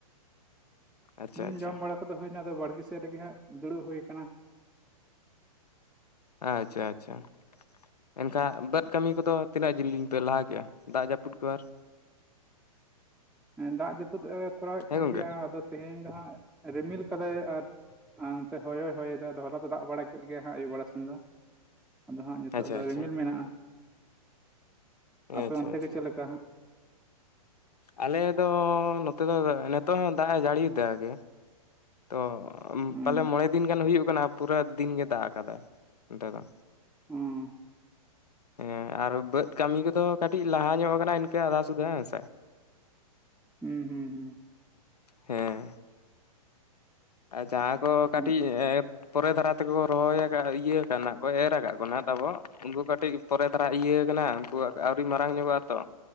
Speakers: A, on the left; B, in the centre.
A: ᱟᱪᱪᱷᱟ
B: ᱦᱩᱸ
A: ᱟᱪᱪᱷᱟ
B: ᱡᱚᱢ ᱵᱟᱲᱟ ᱠᱚ ᱫᱚ ᱦᱩᱭᱱᱟ ᱟᱫᱚ ᱵᱟᱲᱜᱤ ᱥᱮᱫ ᱨᱮᱜᱮ ᱦᱟᱸᱜ ᱫᱩᱲᱩᱵ ᱦᱩᱭᱩ ᱠᱟᱱᱟ᱾
A: ᱟᱪᱷᱟ ᱟᱪᱷᱟ᱾ ᱮᱱᱠᱷᱟᱱ ᱵᱟᱹᱫᱽ ᱠᱟᱹᱢᱤ ᱠᱚ ᱫᱚ ᱛᱤᱱᱟᱹᱜ ᱡᱤᱞᱤᱧ ᱯᱮ ᱞᱟᱦᱟ ᱠᱮᱫ-ᱟ ᱫᱟᱜ ᱡᱟᱹᱯᱩᱫ ᱠᱚ ᱟᱨ?
B: ᱫᱟᱜ ᱡᱟᱹᱯᱩᱫ ᱮ ᱠᱚᱨᱟᱣᱮᱫ
A: ᱦᱮᱸ
B: ᱠᱟᱱ
A: ᱜᱚᱝᱠᱮ
B: ᱜᱮᱭᱟ ᱟᱫᱚ ᱛᱮᱦᱤᱧ ᱫᱚ ᱦᱟᱸᱜ ᱨᱤᱢᱤᱞ ᱠᱟᱫᱟᱭ ᱟᱨ᱾ ᱟᱨ ᱚᱱᱛᱮ ᱦᱚᱭᱦᱚ ᱦᱚᱭ ᱮᱫᱟ ᱟᱫᱚ ᱦᱚᱞᱟ ᱫᱚ ᱫᱟᱜ ᱵᱟᱲᱟ ᱠᱮᱫ ᱜᱮᱭᱟ ᱦᱟᱸᱜ ᱟᱭᱩᱵ ᱵᱟᱲᱟ ᱥᱮᱱ ᱫᱚ᱾ ᱟᱫᱚ ᱦᱟᱸᱜ ᱱᱤᱛᱚᱜ
A: ᱟᱪᱪᱷᱟ
B: ᱫᱚ
A: ᱟᱪᱪᱷᱟ
B: ᱨᱤᱢᱤᱞ ᱢᱮᱱᱟᱜ-ᱟ᱾ ᱟᱯᱮ
A: ᱟᱪᱪᱷᱟ
B: ᱚᱱᱛᱮ
A: ᱟᱪᱪᱷᱟ
B: ᱜᱮ ᱪᱮᱫ ᱞᱮᱠᱟ ᱦᱟᱸᱜ?
A: ᱟᱞᱮ ᱫᱚ ᱱᱚᱛᱮ ᱫᱚ ᱱᱤᱛᱚᱜ ᱦᱚᱸ ᱫᱟᱜ ᱮ ᱡᱟᱹᱲᱤᱭᱫᱟ ᱜᱮ᱾ ᱛᱚ
B: ᱦᱩᱸ
A: ᱯᱟᱞᱮ ᱢᱚᱬᱮ ᱫᱤᱱ ᱜᱟᱱ ᱦᱩᱭᱩᱜ ᱠᱟᱱᱟ ᱯᱩᱨᱟᱹ ᱫᱤᱱᱜᱮ ᱫᱟᱜ ᱟᱠᱟᱫᱟᱭ ᱚᱱᱛᱮ ᱫᱚ᱾
B: ᱦᱩᱸ᱾
A: ᱦᱮᱸ ᱟᱨ ᱵᱟᱹᱫᱽ ᱠᱟᱹᱢᱤ ᱠᱚ ᱫᱚ ᱠᱟᱹᱴᱤᱡ ᱞᱟᱦᱟ ᱧᱚᱜ ᱠᱟᱱᱟ ᱤᱱᱠᱟᱹ ᱟᱫᱷᱟ ᱥᱩᱫᱷᱟᱹ ᱦᱮᱸ ᱥᱮ᱾
B: ᱦᱩᱸ ᱦᱩᱸ ᱦᱩᱸ᱾
A: ᱦᱮᱸ᱾ ᱟᱨ ᱡᱟᱦᱟᱸ ᱠᱚ ᱠᱟᱹᱴᱤᱡ
B: ᱟᱢ
A: ᱮᱯ ᱯᱚᱨᱮ ᱫᱷᱟᱨᱟ ᱛᱮ ᱠᱚ ᱨᱚᱦᱚᱭ ᱟᱠᱟᱫ ᱤᱭᱟᱹ ᱠᱟᱱᱟ ᱠᱚ ᱮᱨ ᱟᱠᱟᱫ ᱠᱚ ᱱᱟᱦᱜ ᱛᱟᱵᱚ ᱩᱱᱠᱩ ᱠᱟᱹᱴᱤᱡ ᱯᱚᱨᱮ ᱫᱷᱨᱟ ᱤᱭᱟᱹ ᱠᱟᱱᱟ ᱩᱱᱠᱩᱣᱟᱜ ᱟᱹᱣᱨᱤ ᱢᱟᱨᱟᱝ ᱧᱚᱜᱚᱜ-ᱟ ᱛᱚ᱾